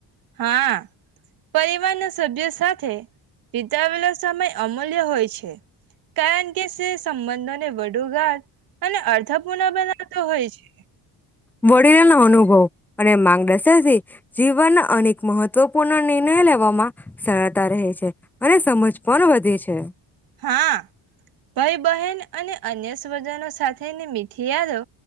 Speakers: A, on the right (about 55°); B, in the centre.
A: હા, પરિવારના સભ્ય સાથે વિતાવેલો સમય અમૂલ્ય હોય છે, કારણ કે. કે સે સંબંધોને વડુ ગાત અને અર્થપૂર્ણ બનાવતો હોય છે.
B: વડીલનો અનુભવ અને માંગદશર્થી જીવનના અનેક મહત્વપૂર્ણ નિર્ણય લેવામાં સરળતા રહે છે અને સમજ પણ વધે છે.
A: હા, ભઈ બહેન અને અન્ય સ્વજાનો સાથેની મીઠી યાદો.